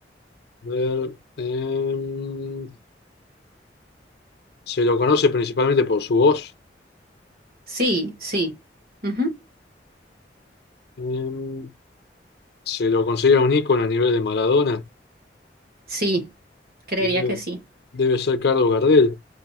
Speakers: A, on the left; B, on the right.
A: A ver, eh, se lo conoce principalmente por su voz.
B: Sí, sí. Ujú.
A: Eh, se lo considera un ícono a nivel de Maradona.
B: Sí, creería
A: Y debe,
B: que sí.
A: debe ser Carlos Gardel.